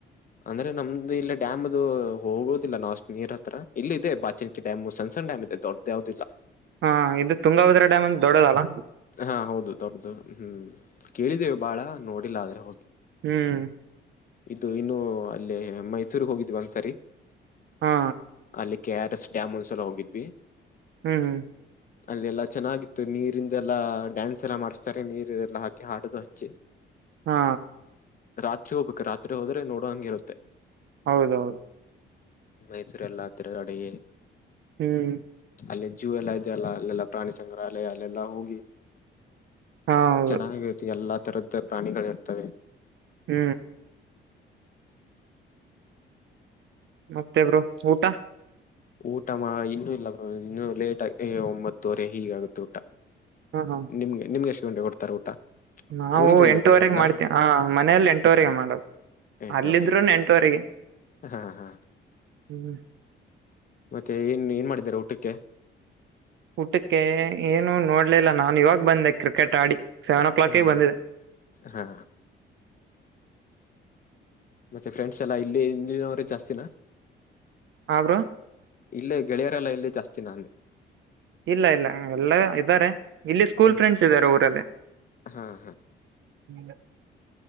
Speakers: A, on the left; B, on the right.
A: ಅಂದ್ರೆ ನಮ್ದು ಇಲ್ಲಿ ಡ್ಯಾಮ್ ಅದು ಹೋಗುದಿಲ್ಲ ನಾವ್ ಅಷ್ಟ ನೀರ್ ಹತ್ರ ಇಲ್ ಇದೆ ಬಾಚಿಂಕಿ ಡ್ಯಾಮ್ ಸಣ್ ಸಣ್ ಡ್ಯಾಮ್. ಇದೆ ದೊಡ್ದ್ ಯಾವದು ಇಲ್ಲ.
B: ಹಾ ಇದು ತುಂಗಭದ್ರ ಡ್ಯಾಮ್ ಅಂದ್ ದೊಡ್ಡದಲ್ಲಾ.
A: ಹಾ ಹೌದು ದೊಡ್ದದು ಹ್ಮ್ ಕೇಳಿದ್ದೇವು ಬಾಳ ನೋಡಿಲ್ಲ ಅದ್ರೆ ಹೋಗ್
B: ಹ್ಮ್
A: ಇದು ಇನ್ನು ಅಲ್ಲೇ ಮೈಸೂರ್ಗ್ ಹೋಗಿದ್ವಿ ಒಂದ್ಸರಿ.
B: ಹಾ
A: ಅಲ್ಲಿ ಕೆ ಆರ್ ಎಸ್ ಡ್ಯಾಮ್ ಒಂದ್ಸಲ ಹೋಗಿದ್ವಿ.
B: ಹ್ಮ್ ಹ್ಮ್
A: ಅಲ್ಲಿ ಎಲ್ಲಾ ಚೆನ್ನಾಗಿತ್ತು ನೀರಿಂದ ಎಲ್ಲಾ ಡ್ಯಾನ್ಸ್ ಎಲ್ಲ ಮಾಡಸ್ತಾರೆ ನೀರ್ ಎಲ್ಲ ಹಾಕಿ ಹಾಡದು ಹಚ್ಚಿ.
B: ಹಾ
A: ರಾತ್ರಿ ಹೋಗ್ಬೇಕು ರಾತ್ರಿ ಹೋದ್ರೆ ನೋಡ ಹಂಗ್ ಇರುತ್ತೆ.
B: ಹೌದೌದು
A: ಮೈಸೂರೆಲ್ಲ ತಿರ್ಗಾಡಿ.
B: ಹ್ಮ್
A: ಅಲ್ಲಿ ಜೂ ಎಲ್ಲಾ ಇದೆ ಅಲ್ಲ ಅಲ್ಲೆಲ್ಲ ಪ್ರಾಣಿ ಸಂಗ್ರಹಾಲಯ ಅಲ್ಲೆಲ್ಲಾ ಹೋಗಿ.
B: ಹಾ ಹೌದು
A: ಚೆನ್ನಾಗಿರು ಎಲ್ಲ ತಥರದ್ ಪ್ರಾಣಿಗಳಿರ್ತವೆ.
B: ಹ್ಮ್ ಮತ್ತೆ ಬ್ರೊ ಊಟ.
A: ಊಟ ಮಾ ಇನ್ನು ಇಲ್ಲ ಬ್ರೊ ಇನ್ನು ಲೇಟ್ಗಿ ಒಂಬತ್ತುವರೆ ಹೀಗಾಗುತ್ತೆ ಊಟ.
B: ಹ ಹಾ
A: ನಿಮ್ಗೆ ನಿಮ್ಗ ಎಷ್ಟ ಗಂಟೆಗ್ ಕೊಡ್ತಾರೆ ಊಟ.
B: ನಾವು
A: ಊರಿಗೆ ಬಂದಿರ್ತೀರಲ್ಲ
B: ಎಂಟೂವರೆಗೆ ಮಾಡ್ತೇ ಹ ಮನೆಲ್ ಎಂಟುವರೆಗೆ
A: ಹ್ಮ್
B: ಮಾಡೋದು.
A: ಎಂಟುವರೆಗೆ
B: ಅಲ್ಲಿದ್ರುನ್ ಎಂಟುವರೆಗೆ.
A: ಹಾ ಹಾ
B: ಹ್ಮ್
A: ಮತ್ತೆ ಏನ್ ಏನ್ ಮಾಡಿದಿರ ಊಟಕ್ಕೆ.
B: ಊಟಕ್ಕೆ ಏನು ನೋಡ್ಲಿಲ್ಲ ನಾನು ಇವಾಗ್ ಬಂದೆ ಕ್ರಿಕೆಟ್ ಆಡಿ. ಸೆವೆನ್ ಓ ಕ್ಲಾಕಿಗೆ
A: ಹಾ
B: ಬಂದಿದೆ
A: ಹಾ ಮತ್ತೆ ಫ್ರೆಂಡ್ಸ್ ಎಲ್ಲಾ ಇಲ್ಲಿ ಇಲ್ಲಿನವ್ರೆ ಜಾಸ್ತಿನ.
B: ಹ ಬ್ರೊ
A: ಇಲ್ಲೇ ಗೆಳ್ಯಾ ಜಾಸ್ತಿನ ಅಂದೆ
B: ಇಲ್ಲ ಇಲ್ಲ ಎಲ್ಲ ಇದ್ದಾರೆ ಇಲ್ಲಿ ಸ್ಕೂಲ್
A: ಹ್ಮ್
B: ಫ್ರೆಂಡ್ಸ್ ಇದ್ದಾರೆ ಊರಲ್ಲಿ.
A: ಹಾ ಹಾ
B: ಹ